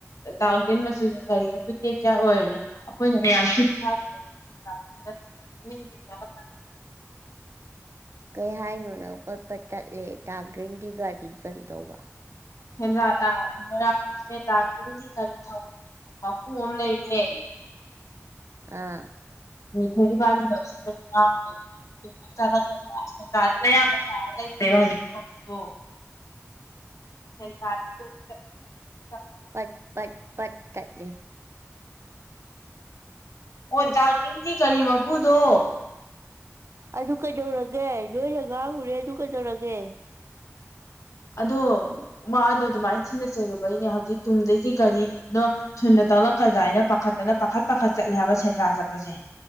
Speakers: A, on the left; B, on the right.
A: ꯗꯥꯥꯛ ꯒ꯭ꯔꯤꯟ ꯃꯆꯨꯒꯤ ꯀꯔꯤ ꯑꯃꯁꯨ ꯇꯦꯛ ꯀꯦꯌꯥꯔ ꯑꯣꯏꯔꯤꯅꯦ ꯑꯩꯈꯣꯏꯅꯅꯦ <unintelligible>
B: ꯀꯩ ꯍꯥꯏꯅꯣ ꯅꯪ ꯄꯠꯡꯄꯠ ꯆꯠꯂꯦ ꯗꯥꯛꯒ꯭ꯔꯤꯟꯒꯤ ꯒꯥꯔꯤ ꯀꯔꯤ ꯇꯧꯕ
A: ꯁꯦꯟꯗ꯭ꯔ ꯑꯥ ꯃꯣꯏꯔꯥꯡ <unintelligible> ꯃꯄꯨ ꯑꯃ ꯂꯩꯌꯦ
B: ꯑꯥ
A: <unintelligible> <unintelligible> <unintelligible>
B: ꯄꯠ ꯄꯠ ꯄꯠ ꯇꯠꯂꯦ
A: ꯑꯣ ꯗꯥꯛꯔꯤꯟꯒꯤ ꯀꯔꯤ ꯃꯄꯨꯗꯣ
B: ꯑꯗꯨ ꯀꯩꯗꯧꯔꯒꯦ ꯅꯣꯏꯅ ꯉꯥꯡꯉꯨꯔꯦ ꯑꯗꯨ ꯀꯩꯗꯧꯔꯒꯦ
A: ꯑꯗꯣ ꯃꯥꯗꯣ ꯑꯗꯨꯃꯥꯏ ꯊꯤꯅ ꯆꯩꯔꯨꯕꯩꯅꯦ ꯍꯧꯖꯤꯛ ꯇꯨꯡꯗꯒꯤ ꯒꯥꯔꯤꯗꯣ ꯊꯨꯅ ꯇꯂꯛꯀꯗ꯭ꯔ ꯍꯥꯏꯅ ꯄꯥꯈꯠꯇꯅ ꯄꯥꯈꯠ ꯄꯥꯈꯠ ꯆꯠꯂꯦ ꯍꯥꯏꯕ ꯁꯦꯟꯗ꯭ꯔꯥ ꯆꯠꯄꯁꯦ